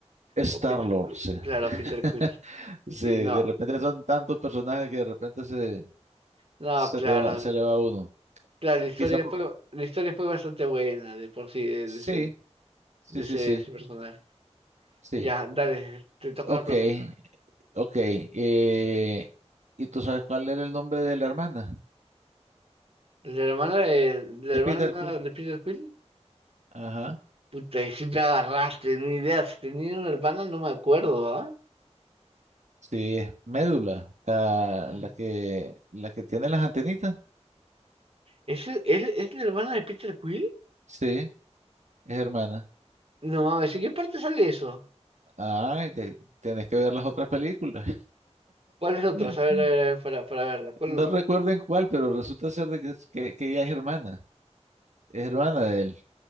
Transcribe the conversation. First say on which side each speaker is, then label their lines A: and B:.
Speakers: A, on the right; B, on the right.
A: Star-Lord,
B: O Peter Quill.
A: sí.
B: Claro, Peter
A: <laughs>
B: Quill.
A: Sí,
B: Sí,
A: de
B: no.
A: repente son tantos personajes que de repente se,
B: No,
A: se
B: claro.
A: te va, se le va uno.
B: Claro, la historia
A: Quizá por-
B: fue, la historia fue bastante buena de por sí, de,
A: Sí,
B: de ese,
A: sí,
B: de ese,
A: sí,
B: de
A: sí,
B: ese personaje.
A: sí.
B: Ya, dale, te toca
A: Ok,
B: una pregunta.
A: ok. eh, ¿y tú sabes cuál era el nombre de la hermana?
B: ¿La hermana de, la
A: De
B: hermana
A: Peter Quill.
B: de Peter Quill?
A: Ajá.
B: Puta, y si me agarraste, ni idea. Si tenía una hermana, no me acuerdo, ¿ah?
A: Sí, es médula, la,
B: Mm.
A: la que, la que tiene las antenitas.
B: ¿Es, es, es la hermana de Peter Quill?
A: Sí, es hermana.
B: No mames, ¿en qué parte sale eso?
A: Ah, que tenés que ver las otras películas.
B: ¿Cuál es otra?
A: <laughs>
B: A ver, a ver, a ver, para, para verla. ¿Cuál?
A: No recuerdo en cuál, pero resulta ser de que, es- que, que ella es hermana. Es hermana de él.